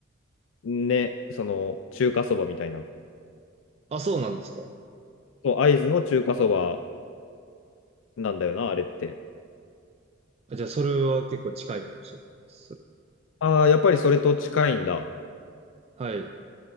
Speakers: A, on the left; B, on the right.
A: ね、その中華そばみたいな。
B: あ、そうなんですか。
A: そう、会津の中華そばなんだよな、あれって。
B: あじゃあ、それは結構近いかもしれないです。それ。
A: ああ、やっぱりそれと近いんだ。
B: はい。